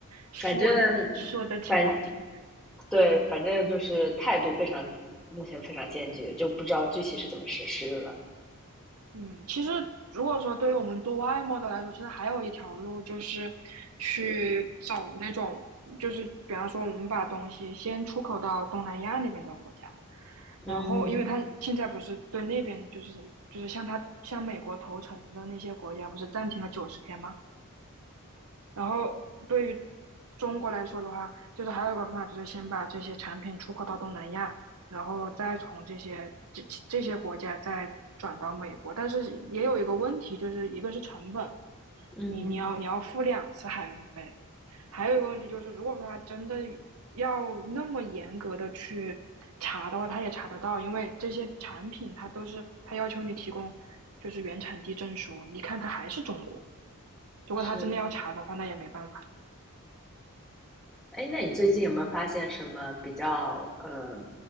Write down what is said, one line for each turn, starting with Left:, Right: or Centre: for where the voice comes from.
Right: 说的说的挺好听。
Centre: 反正反对，反正就是态度非常，目前非常坚决，就不知道具体是怎么实施的了。
Right: 嗯，其实如果说对于我们做外贸的来说，其实还有一条路就是去找那种，就是比方说我们把东西先出口到东南亚那边的国家，然后因为他现在不是对那边就是就是向他向美国投诚的那些国家不是暂停了九十天吗？
Centre: 嗯
Right: 然后对于中国来说的话，就是还有一个方法，就是先把这些产品出口到东南亚，然后再从这些这这些国家再转到美国。但是也有一个问题，就是一个是成本，
Centre: 嗯，
Right: 你你要你要付两次海运费，还有一个问题就是，如果说他真的要那么严格的去查的话，他也查得到，因为这些产品它都是他要求你提供就是原产地证书，你看它还是中国。如果他真的要查的话，
Centre: 是。
Right: 那也没办法。
Centre: 哎，那你最近有没有发现什么比较呃